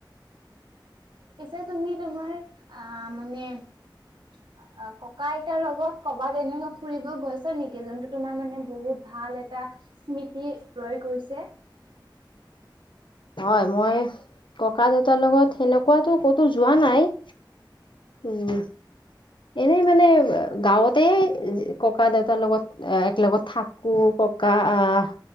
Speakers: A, on the right (about 70°); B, on the left (about 75°).
A: পিছে তুমি তোমাৰ আহ মানে অ ককা -আইতাৰ লগত কবাত এনেকৈ ফুৰিব গৈছা নেকি যোনটো তোমাৰ মানে বহুত ভা এটা স্মৃতি ৰৈ গৈছে।
B: হয় মই ককা- দেউতাৰ লগত সেনেকুৱাতো ক'তো যোৱা নাই উম। এনেই মানে গাঁৱতে ককা -দেউতাৰ লগত একেলগত থাকো ককা আহ